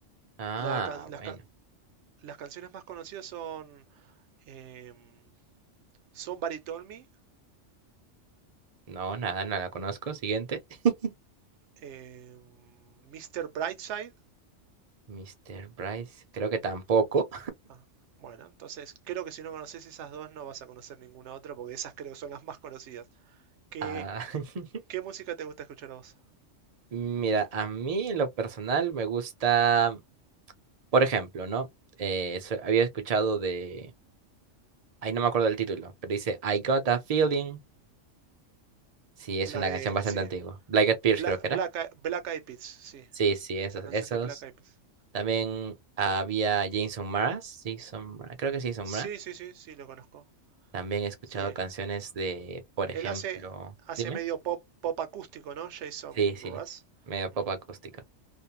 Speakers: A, on the right; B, on the right.
A: Ah,
B: La can-
A: bueno.
B: las, ca- las canciones más conocidas son em, Somebody Told Me,
A: No, nada, no la conozco. Siguiente. <laughs>
B: em, Mr. Brightside.
A: Mister Bryce, creo que tampoco.
B: Ah, bueno, entonces creo que si no conoces esas dos no vas a conocer ninguna otra porque esas creo son las más conocidas. ¿Qué,
A: Ah, <laughs>
B: qué música te gusta escuchar a vos?
A: mira, a mí en lo personal me gusta, por ejemplo, ¿no? Eh, so- había escuchado de, ahí no me acuerdo del título, pero dice I Got a Feeling. Sí, es
B: La
A: una
B: de,
A: canción bastante
B: sí,
A: antigua. Black Eyed Peas
B: Bla-
A: creo que
B: Black,
A: era.
B: Eye- Black Eyed Peas, sí.
A: Sí, sí, esos,
B: La canción
A: esos.
B: de Black Eyed Peas.
A: También había Jason Mraz, sí, son, Mraz, creo que sí, son
B: Sí,
A: Mraz.
B: sí, sí, sí, lo conozco.
A: También he escuchado
B: Sí.
A: canciones de, por ejemplo,
B: Él hace, hace
A: dime.
B: medio pop, pop acústico, ¿no? Jason
A: Sí, sí,
B: Mraz.
A: medio pop
B: Mm.
A: acústico.